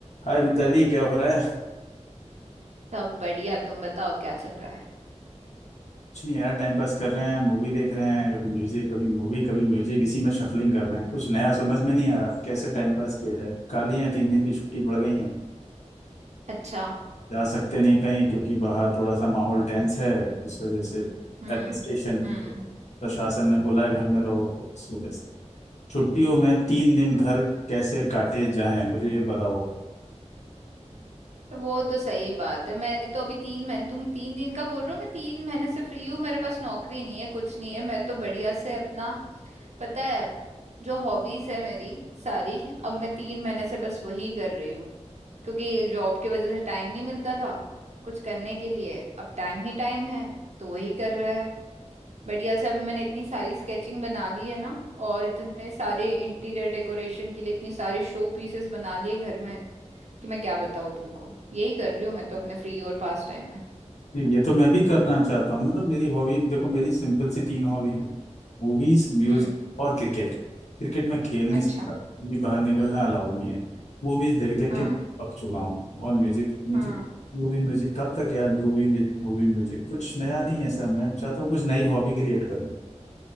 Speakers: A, on the left (about 70°); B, on the right (about 65°).
A: हाय मिताली क्या हो रहा है
B: सब बढ़िया तुम बताओ क्या चल रहा है
A: कुछ नहीं यार टाइम पास कर रहे हैं मूवी देख रहे हैं कभी म्यूजिक कभी मूवी कभी म्यूजिक इसी में शफलिंग कर रहे हैं कुछ नया समझ में नहीं आ रहा कैसे टाइम पास किया जाए खाली है तीन दिन की छुट्टी पड़ गई है
B: अच्छा
A: जा सकते नहीं कहीं क्योंकि बाहर थोड़ा सा माहौल टेंस है इस वजह से एडमिनिस्ट्रेशन
B: हम्म हम्म
A: प्रशासन ने बोला है घर में रहो तो इस वजह से छुट्टियों में तीन दिन घर कैसे काटे जाएं मुझे ये बताओ
B: वो तो सही बात है मैं तो अभी तीन महीने तुम तीन दिन का बोल रहे हो मैं तीन महीने से फ्री हूँ मेरे पास नौकरी नहीं है कुछ नहीं है मैं तो बढ़िया से अपना पता है जो हॉबीज है मेरी सारी अब मैं तीन महीने से बस वही कर रही हूँ क्योंकि जॉब की वजह से टाइम नहीं मिलता था कुछ करने के लिए अब टाइम ही टाइम है तो वही कर रहे हैं बढ़िया से अभी मैंने इतनी सारी स्केचिंग बना ली है ना और इतने सारे इंटीरियर डेकोरेशन के लिए इतनी सारे शो पीसेस बना लिए घर में कि मैं क्या बताऊँ तुमको यही कर रही हूँ मैं तो अपने फ्री और पास टाइम में
A: नहीं, ये तो मैं भी करना चाहता हूँ मतलब मेरी हॉबी देखो मेरी सिंपल सी तीन हॉबी है मूवीज म्यूजिक
B: हम्म
A: और क्रिकेट क्रिकेट मैं खेल नहीं
B: अच्छा
A: सकता क्योंकि बाहर निकलना अलाउ नहीं है मूवीज देख देख
B: हाँ
A: के पक चुका हूँ और म्यूजिक म्यूजिक
B: हाँ
A: मूवी म्यूजिक कब तक यार मूवी म्यूजिक मूवी म्यूजिक कुछ नया नहीं है सर मैं चाहता हूँ कुछ नई हॉबी क्रिएट कर लूँ